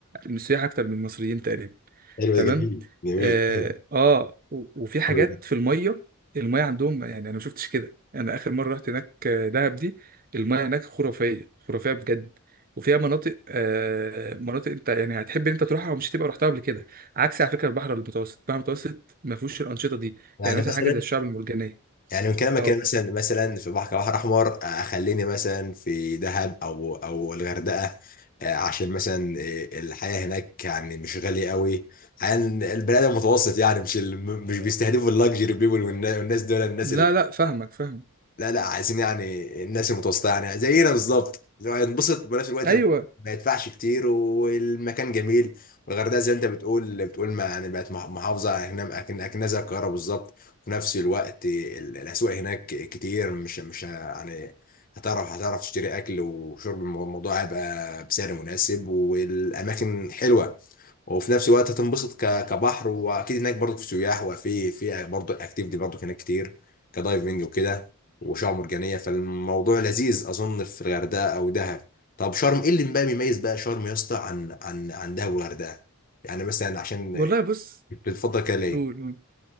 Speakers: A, on the right (about 40°); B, on the left (about 40°).
A: السياح اكتر من المصريين تقريبا
B: حلو
A: تمام
B: ده جميل جميل
A: اه,
B: حلو
A: آه و- وفي حاجات
B: حلو ده.
A: في الميه الميه عندهم يعني انا ما شفتش كده انا اخر مره رحت هناك آه، دهب دي الميه هناك خرافيه خرافيه بجد وفيها مناطق آه مناطق انت يعني هتحب ان انت تروحها ومش هتبقى رحتها قبل كده عكس على فكره البحر المتوسط البحر المتوسط ما فيهوش الانشطه دي
B: يعني
A: يعني مثلا
B: مثلا
A: حاجه زي الشعب المرجانيه
B: يعني من كلامك
A: اه
B: كده مثلا مثلا في بحر كبحر احمر آه، خليني مثلا في دهب او او الغردقه آه، عشان مثلا آه، الحياه هناك يعني مش غاليه قوي يعني البني ادم متوسط يعني مش ال... مش بيستهدفوا اللاكجري بيبول والنا- والناس دول الناس
A: لا
B: ال...
A: لا فاهمك فاهمك
B: لا لا عايزين يعني الناس المتوسطه يعني زينا بالظبط اللي هو ينبسط بنفس الوقت
A: ايوه
B: ما يدفعش كتير والمكان جميل والغردقه زي ما انت بتقول بتقول ما يعني بقت مح- محافظه اكن اكن أكنها زي القاهره بالظبط وفي نفس الوقت ال- الاسواق هناك كتير مش مش ه- يعني هتعرف هتعرف تشتري اكل وشرب الم- الموضوع هيبقى بسعر مناسب والاماكن حلوه وفي نفس الوقت هتنبسط ك- كبحر واكيد هناك برضو في سياح وفي في برضو اكتيفيتي برضو هناك كتير كدايفنج وكده وشعاب مرجانية فالموضوع لذيذ أظن في الغردقة أو دهب طب شرم إيه اللي بقى بيميز بقى شرم يا اسطى عن عن عن دهب والغردقة يعني مثلا عشان
A: والله بص
B: بتفضل كده ليه
A: قول قول